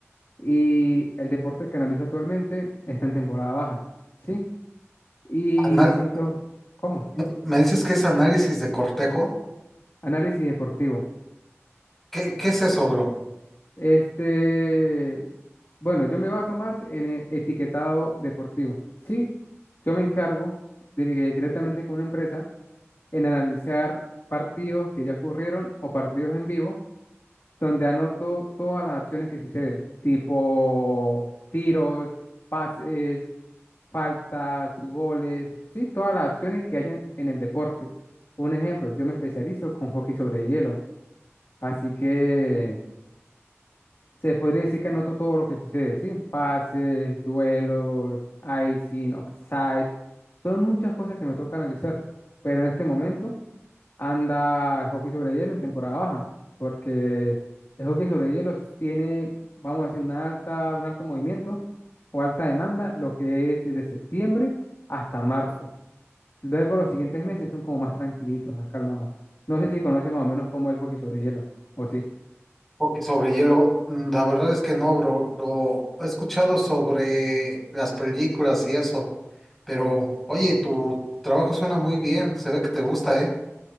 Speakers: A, on the left (about 55°); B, in the centre.
A: Y el deporte que analizo actualmente está en temporada baja, ¿sí? Y
B: Anal-
A: siento, ¿cómo?
B: me, me dices que es análisis de cortejo?
A: Análisis deportivo.
B: ¿Qué, qué es eso, bro?
A: Este, bueno, yo me baso más en el etiquetado deportivo. Sí, yo me encargo dire- directamente con una empresa en analizar partidos que ya ocurrieron o partidos en vivo, donde anoto todas las acciones que suceden, tipo tiros, pases, faltas, goles, sí, todas las acciones que hayan en el deporte. Un ejemplo, yo me especializo con hockey sobre hielo, así que se podría decir que anoto todo lo que sucede, ¿sí? Pases, duelos, icing, offside. Son muchas cosas que me toca analizar. Pero en este momento anda el hockey sobre hielo en temporada baja. Porque el hockey sobre hielo tiene, vamos a decir, una alta, un alto movimiento o alta demanda, lo que es desde septiembre hasta marzo. Luego los siguientes meses son como más tranquilitos, más calmados. No sé si conoce más o menos cómo es el hockey sobre hielo, o sí.
B: Porque sobre hielo, mm, la verdad es que no, bro. Lo he escuchado sobre las películas y eso, pero oye, tu trabajo suena muy bien, se ve que te gusta, ¿eh?